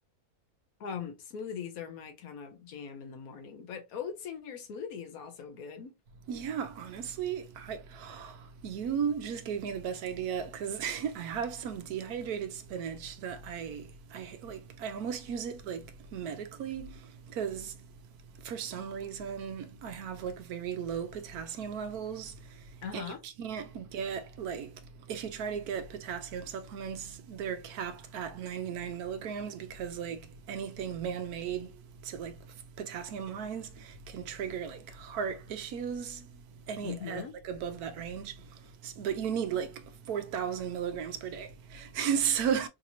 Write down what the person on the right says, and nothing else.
Yeah, honestly, I <gasps> You just gave me the best idea because <laughs> I have some dehydrated spinach that I I like I almost use it like medically because for some reason I have like very low potassium levels
and you can't get like if you try to get potassium supplements they're capped at 99 milligrams because like anything man-made to like potassium wise can trigger like heart issues any
at like above that range, but you need like 4,000 milligrams per day. <laughs> So,